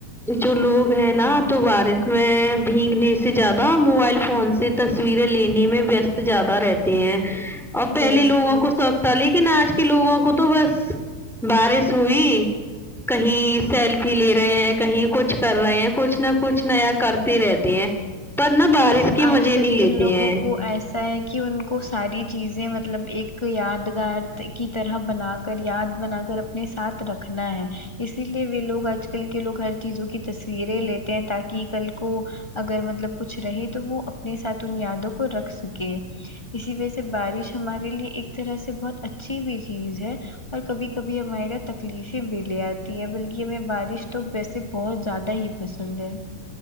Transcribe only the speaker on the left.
جی
بالکل
مطلب
آج کل
کے
لوگوں
کو ایسا ہے کہ ان کو ساری چیزیں مطلب ایک یادگار کی طرح بنا کر یاد بنا کر اپ اپنے ساتھ رکھنا ہے اسی لیے وے لوگ آج کل کے لوگ ہر چیزوں کی تصویریں لی تے ہیں تاکہ کل کو اگر مطلب کچھ رہے تو وہ اپنے ساتھ ان یادوں کو رکھ سکے اسی وجہ سے بارش ہمارے لیے ایک طرح سے بہت اچھی بھی چیز ہے اور کبھی کبھی ہمارےا تکلیفیں بھی لے آتی ہے بلکہ ہمیں بارش تو ویسے بہت زیادہ ہی پھر سنڈے